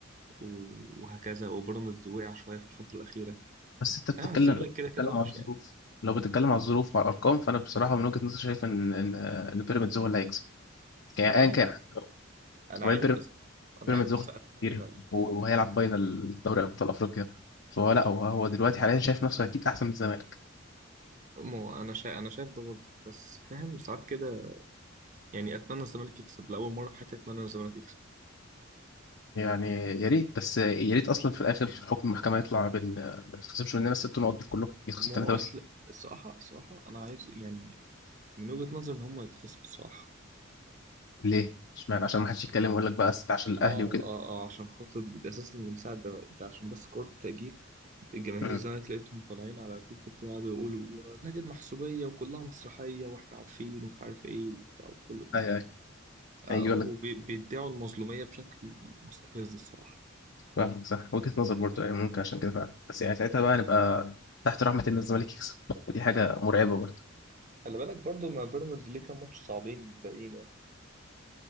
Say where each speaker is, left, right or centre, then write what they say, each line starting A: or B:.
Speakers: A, on the right (about 35°); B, on the left (about 60°).
A: و- وهكذا وبيراميدز وقع شويه في الفتره الاخيره
B: بس انت بتتكلم
A: يعني الزمالك
B: لو بتتكلم
A: كده كده وحش
B: على الظروف
A: يعني
B: لو بتتكلم على الظروف وعلى الارقام فانا بصراحه من وجهه نظري شايف ان ان ان بيراميدز هو اللي هيكسب يعني
A: ما انا
B: ايا
A: عارف
B: كان
A: انا
B: وبعدين
A: عارف
B: بيراميدز
A: بس انا
B: بيراميدز
A: عارف بس
B: واخد
A: اتمنى
B: كتير وهيلعب فاينل دوري ابطال افريقيا فهو لا هو هو دلوقتي حاليا شايف نفسه اكيد احسن من الزمالك
A: ما انا شايف انا شايف ده برضه بس فاهم ساعات كده يعني اتمنى الزمالك يكسب لاول مره في حياتي اتمنى الزمالك يكسب
B: يعني يا ريت بس يا ريت اصلا في الاخر حكم المحكمه يطلع بان ما نتخصمش مننا الست نقط دول كلهم يتخصم
A: ما
B: ثلاثه
A: هو
B: بس
A: اصل الصراحه الصراحه انا عايز يعني من وجهه نظري ان هم يتخصموا الصراحه
B: ليه؟ اشمعنى عشان ما حدش يتكلم ويقول لك بقى ست عشان الاهلي
A: اه
B: وكده
A: اه اه عشان خاطر اساسا من ساعه ده, ده عشان بس كره التأجيل الجماهير
B: امم
A: الزمالك لقيتهم طالعين على تيك توك وقعدوا يقولوا نادي المحسوبيه وكلها مسرحيه واحنا عارفين ومش عارف ايه وبتاع وكل ده،
B: ايوه ايوه
A: آه،
B: هيجي يقول لك
A: وبيدعوا المظلوميه بشكل مستفز الصراحه
B: فاهمك صح وجهه نظر برضه يعني ممكن عشان كده فعلا بس يعني ساعتها بقى نبقى تحت رحمه ان الزمالك يكسب ودي حاجه مرعبه برضه
A: خلي بالك برضو ما بيراميدز ليه كام ماتش صعبين باقيين يعني